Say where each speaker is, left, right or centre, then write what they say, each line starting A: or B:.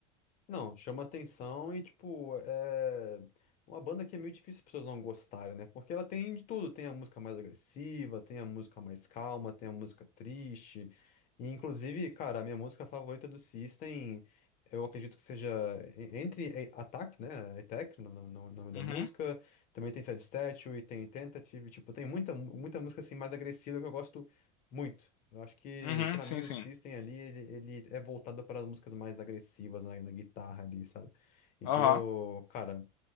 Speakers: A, on the left; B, on the left.
A: Não, chama atenção e, tipo, é uma banda que é meio difícil as pessoas não gostarem, né? Porque ela tem de tudo. Tem a música mais agressiva, tem a música mais calma, tem a música triste. E, inclusive, cara, a minha música favorita do System, eu acredito que seja e- entre e- Attack, né? Attack, no no- no nome da
B: Uhum,
A: música. Também tem Sad Statue, tem Tentative. Tipo, tem muita, muita música, assim, mais agressiva que eu gosto muito. Eu acho que,
B: uhum,
A: pra
B: sim,
A: mim, o
B: sim.
A: System ali, ele, ele é voltado para as músicas mais agressivas na, na guitarra ali, sabe? E aquilo,
B: Aham.
A: cara,